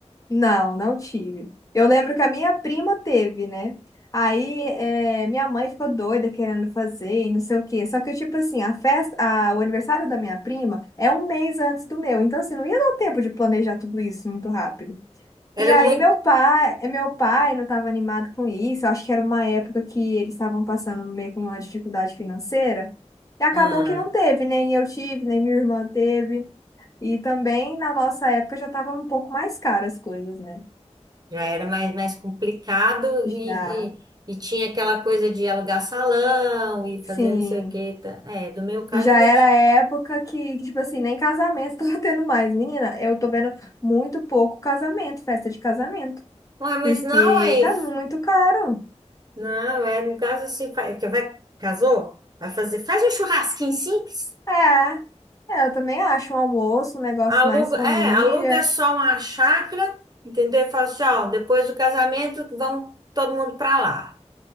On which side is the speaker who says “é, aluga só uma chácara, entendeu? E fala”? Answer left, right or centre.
Right